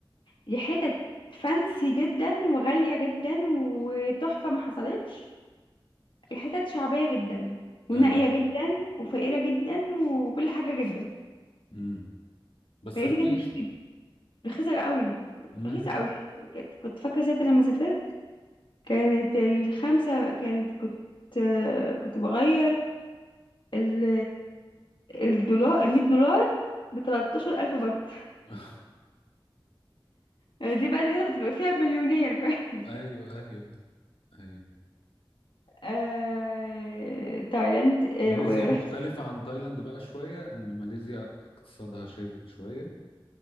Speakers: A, on the left (about 60°); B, on the left (about 80°).
A: دي حتت فانسي جدا وغالية جدا وتحفة ما حصلتش دي حتت شعبية جدا ونائية
B: ايوه
A: جدا وفقيرة جدا وكل حاجة جدا
B: امم بس
A: فهي
B: رخيصه
A: دي كانت مشكلة رخيصة قوي
B: امم
A: رخيصة قوي كنت كنت فاكرة ساعتها لما سافرت كانت الخمسة كانت كنت كنت بغير ال الدولار المية دولار بتلاتاشر ألف بط
B: <laughs>
A: يعني دي بقى الوحيدة كنت ببقى فيها مليونير <laughs> فاهم
B: ايوه ايوه ايوه
A: آه... تايلاند آه...
B: ماليزيا
A: ورحت
B: مختلفة عن تايلاند بقى شوية إن ماليزيا اقتصادها شادد شوية